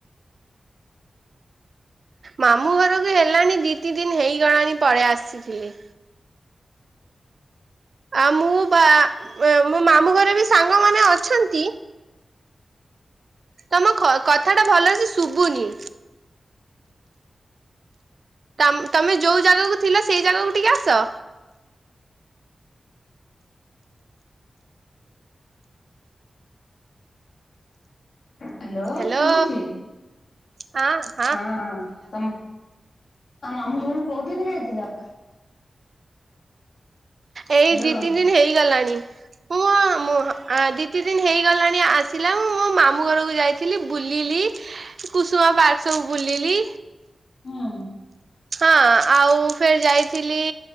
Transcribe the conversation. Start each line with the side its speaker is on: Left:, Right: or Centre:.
Right: ମାମୁଁ ଘରକୁ ହେଲାଣି ଦି ତି ଦିନ ହେଇଗଲାଣି ପଳେଇ ଆସିଥିଲି। ଆଉ ମୁଁ ବା ୱେ ମୋ ମାମୁଁ ଘରେ ବି ସାଙ୍ଗମାନେ ଅଛନ୍ତି। ତମ ଖ କଥାଟା ଭଲ ସେ ଶୁବୁନି। କାମ ତମେ ଯୋଉ ଜାଗାକୁ ଥିଲ ସେଇ ଜାଗାକୁ ଟିକେ ଆସ।
Left: ହ୍ୟାଲୋ
Right: ହାଲୋ
Left: ଶୁଭୁଛି?
Right: ହଁ।
Left: ହଁ ତମ ତମ ମାମୁଁ ଘରକୁ କୋଉଦିନ ଯାଇଥିଲ?
Right: ଏଇ
Left: ହ୍ୟାଲୋ
Right: ଦି ତିନି ଦିନ ହେଇଗଲାଣି। ମୁଁ ଆ ମୁଁ ହଁ ଆ ଦି ତିନି ଦିନ ହେଇଗଲାଣି ଆସି ଥିଲା ମୁଁ ମୋ ମାମୁଁ ଘରକୁ ଯାଇଥିଲି ବୁଲିଲି କୁସୁମା ପାର୍କ ସବୁ ବୁଲିଲି।
Left: ହୁଁ।
Right: ହଁ ଆଉ ଫେର ଯାଇଥିଲି।